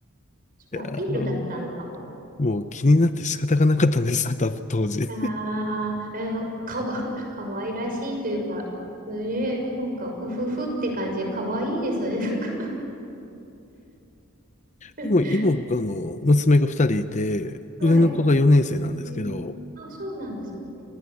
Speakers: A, on the right; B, on the left.
A: それアピールだったのかも。
B: やーもうもう気になって仕方がなかったんです、<laughs> 多分当時。
A: ああ、えー、かわ、<laughs> かわいらしいというか、ね、なんか、うふふって感じ、かわいいですね、なんか <laughs>
B: でも今僕あの、娘が二人いて、
A: はい。
B: 上の子が4年生なんですけど、
A: えーあ、そうなんですね。